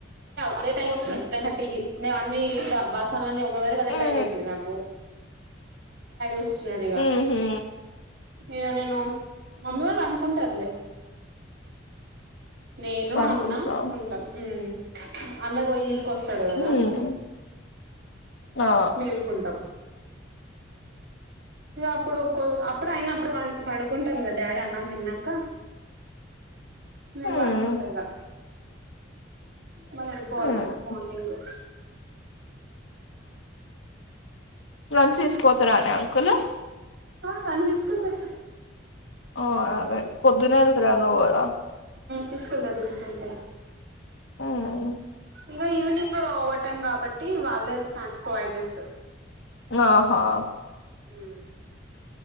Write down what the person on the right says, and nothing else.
అదే టైం వ నైన్ థర్టీ నే అన్ని ఇలా బాసాలనే వరకు అదే
టైమ్ అవుతుంది నాకు వస్తున్నాడు ఇగ
ఇగ నేను మమ్మీ వాళ్ళు అనుకుంటారులే నేను
అన్న ఉంటాం హ్మ్ అన్న పోయిసు కొస్తాడు కదా
మేల్కుంటాం ను అప్పుడు కు అప్పుడు అయిన అప్పుడు పడు పనుకుంటాను కద డాడీ అన్నం తిన్నాక నేను
పండుకుంటాగా మరి వెళ్ళిపోవాలి
కదా మార్నింగు
ఆ అన్ని తీసుకెళ్తార
తీసుకెళ్తా తీసుకెళ్తారు
ఇక ఈవినింగ్ ఓవర్ టైమ్ కాబట్టి వాళ్ళే స్నాక్స్ ప్రొవైడ్ చేస్తారు
హ్మ్